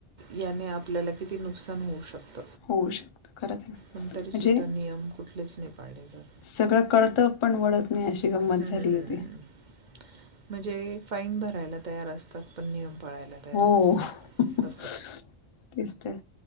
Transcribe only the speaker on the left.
होऊ शकतो खरंच म्हणजे
सगळं कळतं पण वळत नाही अशी गंमत
झाली
आहे
ती
हो
तेच
तर